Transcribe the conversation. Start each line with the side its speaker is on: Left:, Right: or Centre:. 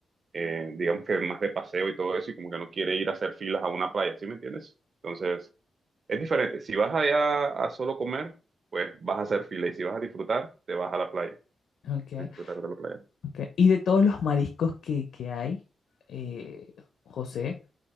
Right: eh, digamos que más de paseo y todo eso, y como que no quiere ir a hacer filas a una playa, ¿sí me entiendes? Entonces, es diferente. Si vas allá a solo comer, pues vas a hacer fila, y si vas a disfrutar, te vas a la playa,
Left: Okay,
Right: a disfrutar de la playa.
Left: okay. Y de todos los mariscos que, que hay, eh, José,